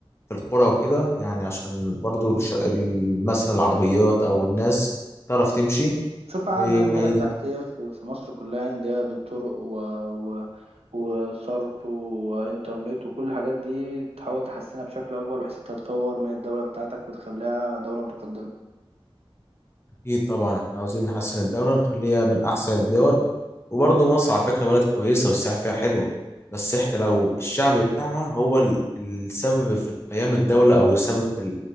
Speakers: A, on the left; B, on the right.
A: في القرى وكده يعني عشان برضو الش- ال- مثلا العربيات أو الناس تعرف تمشي
B: بشوف عام
A: وما
B: يعني البنية
A: ي-
B: التحتية في في مصر كلها يعني اللي هي بين طرق و... و... وصرف وإنترنت وكل الحاجات دي تحاول تحسنها بشكل أكبر بحيث أنت تطور من الدولة بتاعتك وتخليها دولة متقدمة
A: أكيد طبعا إحنا عاوزين نحسن الدولة نخليها من أحسن الدول وبرضو مصر على فكرة بلد كويسة والسياحة فيها حلوة بس إحنا لو الشعب بتاعها هو ال- السبب في قيام الدولة أو السبب في